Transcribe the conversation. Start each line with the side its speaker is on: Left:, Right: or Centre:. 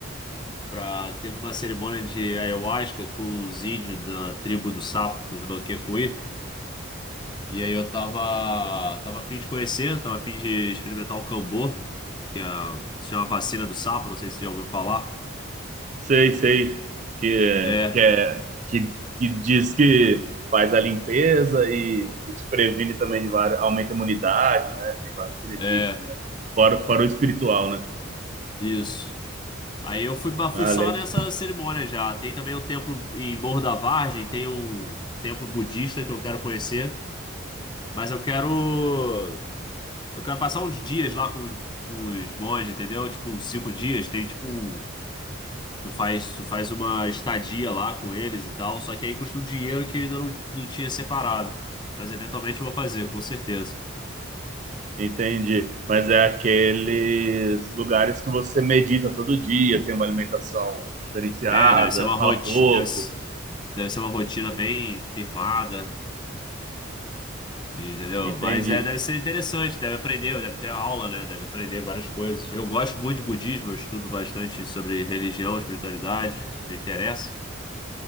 Left: Pra, teve uma cerimônia de ayahuasca com os índios da tribo do Sapo, os Noquecuí. E aí eu tava, tava a fim de conhecer, tava a fim de experimentar o Cambô, que é, se chama vacina do sapo, não sei se você já ouviu falar.
Right: Sei, sei. Que,
Left: É,
Right: que, é, que, que diz que faz a limpeza e, e te previne também de várias, aumenta a imunidade, né? Tem vários benefícios,
Left: é,
Right: né? Fora, fora o espiritual, né?
Left: isso. Aí eu fui, mas
Right: Ah,
Left: fui só
Right: le-
Left: nessa cerimônia já. Tem também um templo em Morro da Vargem, tem um templo budista que eu quero conhecer, mas eu quero eu quero passar uns dias lá com os, com os monges, entendeu? Tipo, cinco dias, tem tipo um- Tu faz, tu faz uma estadia lá com eles e tal, só que aí custa um dinheiro que eu ainda não, não tinha separado. Mas eventualmente eu vou fazer, com certeza.
Right: entendi. Mas é aqueles lugares que você medita todo dia, tem uma alimentação diferenciada,
Left: É, deve ser uma rotina,
Right: fala pouco.
Left: deve, s- deve ser uma rotina bem firmada, entendeu?
Right: Entendi.
Left: Mas é, deve ser interessante, deve aprender, deve ter aula, né? Deve aprender várias coisas. Eu gosto muito de budismo, eu estudo bastante sobre religião, espiritualidade, que me interessa.